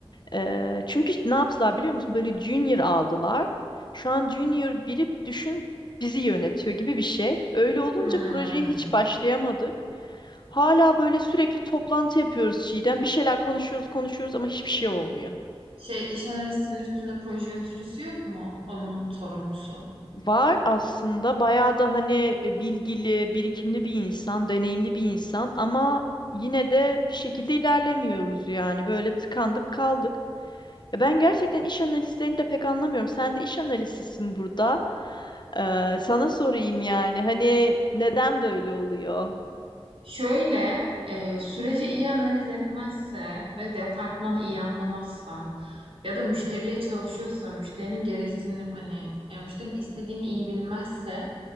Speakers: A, on the left (about 50°); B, on the right (about 65°).
A: Ee, çünkü ne yaptılar biliyor musun? Böyle junior aldılar. Şu an junior biri düşün bizi yönetiyor gibi bir şey. Öyle olunca
B: Hmm.
A: projeye hiç başlayamadık. Hala böyle sürekli toplantı yapıyoruz Çiğdem. Bir şeyler konuşuyoruz konuşuyoruz ama hiçbir şey olmuyor.
B: Şey iş analistinin üstünde proje yöneticisi yok mu? Onun sorumlusu.
A: Var aslında bayağı da hani e, bilgili, birikimli bir insan, deneyimli bir insan ama yine de bir şekilde ilerlemiyoruz yani böyle tıkandık kaldık. Ya ben gerçekten iş analistlerini de pek anlamıyorum. Sen de iş analistisin burada. Ee, sana sorayım yani hani neden böyle oluyor?
B: Şöyle, e, süreci iyi analiz etmezse ve departmanı iyi anlamazsa ya da müşteriye çalışıyorsa, müşterinin gereksinim hani yani müşterinin istediğini iyi bilmezse,